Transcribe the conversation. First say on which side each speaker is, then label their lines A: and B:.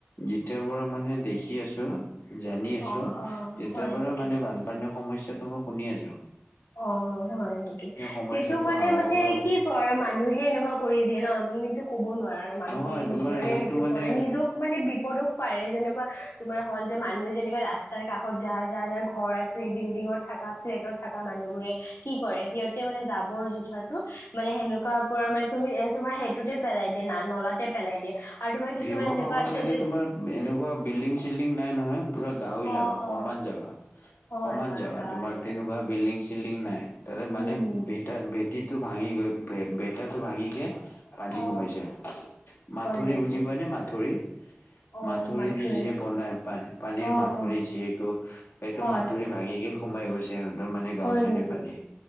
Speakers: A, on the left; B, on the left.
A: যেতিয়া পৰা মানে। দেখি আছোঁ জানি
B: অ',
A: আছোঁ
B: অ',
A: তেতিয়া
B: হয়
A: পৰা
B: নেকি?
A: মানে বানপানীৰ সমস্যা। ত' মই শুনি আছোঁ।
B: অ' হয় নেকি
A: সমস্যাটো
B: সেইটো কাৰণে
A: আগৰ
B: মানে
A: পৰাই
B: কি কয় আৰু মানুহে এনেকুৱা। কৰি দিয়ে ন তুমিতো ক'ব নোৱাৰা আৰু মানুহে
A: নহয় তোমাৰ
B: নিজৰে সেইটো
A: মানে
B: কৰে নিজক মানে বিপদক। পাৰে যেনেকুৱা তোমাৰ হ'ল যে মানুহে যেনেকে ৰাস্তাৰ কাষ। ঘত যাৰ যাৰ ঘৰ আছে বিল্ডিঙত থকা ফ্লেটত থকা মানুহবোৰে। কি কৰে সিহঁতে মানে জাবৰ -জোথৰটো মানে সেনেকুৱা পৰা মানে তুমি এ তোমাৰ সেইটোতে। পেলাই দিয়ে নলাতে পেলাই দিয়ে আৰু তোমাৰ কিছুমান
A: শিৱসাগৰ
B: এনেুকোৱা আছে
A: চাইডে
B: যে।
A: তোমাৰ এনেকুৱা বিল্ডিং চিল্ডিং নাই নহয় পুৰা গাঁও এলাকা
B: অ', অ',
A: সমান জেগা।
B: হয়
A: সমান
B: হয়
A: জেগা
B: গাঁৱৰ
A: তোমাৰ
B: এলেকা
A: তেনেকুৱা বিল্ডিং-চিল। বিল্ডিং নাই ত' মানে
B: উম।
A: ভে ভেটিটো ভাঙি গৈ ভেটাটো ভাঙিকে। পানী
B: অ
A: কমাইছে মাথোৰি
B: হয় নেকি
A: বুজি পোৱা নে মাথোৰি।
B: অ
A: মাথোৰি
B: মাথোৱে
A: দি যিয়ে বনাই পান পানীৰ
B: অ
A: মাথোৰি
B: অ
A: যিটো এইটো
B: হয়
A: মাথোৰি। ভাঙিকে সোমাই গৈছে আ সিহঁতৰ মানে
B: হয়
A: গাঁওৰ ছাইতে
B: নেকি
A: পানী।